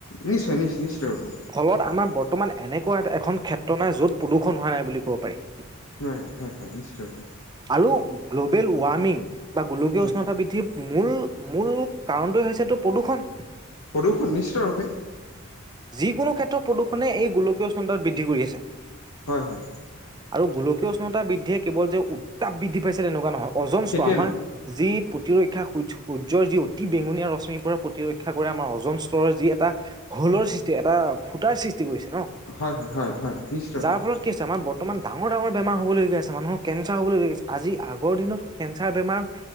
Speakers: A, on the left (about 70°); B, on the right (about 20°).
A: নিশ্চয় নিশ্চয় নিশ্চয়তৰূপে
B: ফলত আমাৰ বৰ্তমান এনেকুৱা এখন ক্ষেত্ৰ নাই য'ত প্ৰদূষণ হোৱা নাই বুলি ক'ব পাৰি
A: ন হয় হয় নিশ্চয়তভাপে
B: আৰু গ্ল'বেল ৱাৰ্মিং বা গোলকীয়
A: হয়
B: উষ্ণতা বৃদ্ধি মূল মূল কাৰণটোৱে হৈছেতটো প্ৰদূষণ
A: প্ৰদূষণ নিশ্চিত ৰূপে
B: যিকোনো ক্ষেত্ৰত প্ৰদূষণে এই গোলকীয় উষ্ণতা বৃদ্ধি কৰি আছে।
A: হয় হয়।
B: আৰু গোলকীয় উষ্ণতা বৃদ্ধিয়ে কেৱল যে উত্তাপ বৃদ্ধি পাইছে তেনেকুৱা নহয় অজনস্তৰ
A: সেইটোৱে
B: আমাৰ যি প্ৰতিৰক্ষা সূৰ্য সূৰ্যৰ যি অতি বেঙুনীয়া ৰশ্মিৰ পৰা প্ৰতিৰক্ষা কৰে আমাৰ অজন স্তৰৰ যি এটা হোলৰ সৃষ্টি এটা ফুটাৰ সৃষ্টি কৰিছে ন
A: নহয় হয় হয় হয় হয় নিশ্চিত ৰূপে
B: যাৰ ফলত কি হৈছে আমাৰ বৰ্ত বৰ্তমান ডাঙৰ -ডাঙৰ বেমাৰ হ'বলগীয়াছে মানুহৰ কেঞ্চাৰ হ'বলগা আছে আজি আগৰ দিনত কেঞ্চাৰ বেমাৰ